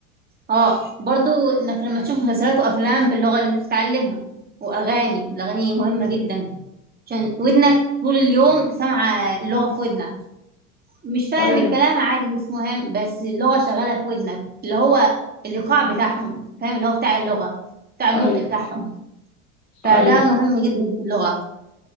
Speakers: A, on the right; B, on the left.
A: اه برضو انك لما تشوف مسلسلات وافلام باللغه اللي انت بتتعلمها واغاني الاغاني مهمه جدا عشان ودنك طول اليوم سامعه اللغه في ودنك مش فاهم
B: ايوه
A: الكلام عادي مش مهم بس اللغة شغالة في ودنك اللي هو الإيقاع بتاعهم فاهم اللي هو بتاع اللغة بتاع النطق
B: ايوه
A: بتاعهم فده
B: ايوه
A: مهم جدا في اللغة